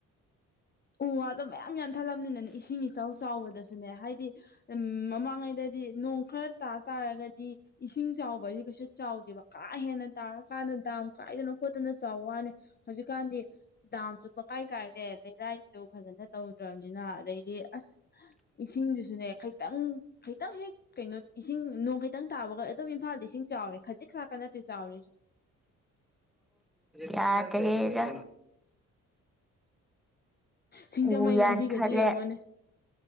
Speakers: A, on the left; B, in the centre.
A: ꯎ ꯋꯥꯗꯣ ꯃꯌꯥꯝ ꯌꯥꯟꯊꯠꯂꯝꯕꯅꯤꯅꯅꯦ ꯏꯁꯤꯡ ꯏꯆꯥꯎ ꯆꯥꯎꯕꯗꯁꯨꯅꯦ ꯍꯥꯏꯗꯤ ꯎꯝ ꯃꯃꯥꯡꯉꯩꯗꯗꯤ ꯅꯣꯡ ꯈꯔ ꯇꯥ ꯇꯥꯔꯒꯗꯤ ꯏꯁꯤꯡ ꯆꯥꯎꯕ ꯍꯥꯏꯁꯤ ꯀꯩꯁꯨ ꯆꯥꯎꯗꯦꯕ ꯀꯥ ꯍꯦꯟꯅ ꯇꯥꯔꯀꯥꯟꯗ ꯗꯥꯝ ꯀꯥꯏꯗꯅ ꯈꯣꯠꯇꯅ ꯆꯥꯎꯋꯥꯅꯤ ꯫ ꯍꯧꯖꯤꯛꯀꯥꯟꯗꯤ ꯗꯥꯝꯁꯨ ꯄ ꯀꯥꯏ ꯀꯥꯏ ꯂ° ꯂꯩꯔꯥꯏ ꯇꯨ ꯐꯖꯅ ꯇꯧꯗ꯭ꯔꯕꯅꯤꯅ ꯑꯗꯩꯗꯤ ꯑꯁ ꯏꯁꯤꯡꯗꯨꯁꯨꯅꯦ ꯈꯤꯇꯪ ꯈꯤꯇꯪ ꯍꯦꯛ ꯀꯩꯅꯣ ꯏꯁꯤꯡ ꯅꯣꯡꯈꯤꯇꯪ ꯇꯥꯕꯒ ꯑꯗꯨꯝ ꯏꯝꯐꯥꯜꯗꯤ ꯏꯁꯤꯡ ꯆꯥꯎꯔꯦ ꯈꯖꯤꯛ ꯈꯔꯀ ꯅꯠꯇꯦ ꯆꯥꯎꯔꯦ
B: ꯌꯥꯗ꯭ꯔꯦꯗ
A: ꯁꯤꯡꯖꯃꯩ
B: ꯎ ꯌꯥꯟꯊꯠꯂꯦ
A: ꯂꯝꯕꯤꯒꯗꯤ ꯌꯦꯡꯉꯅ°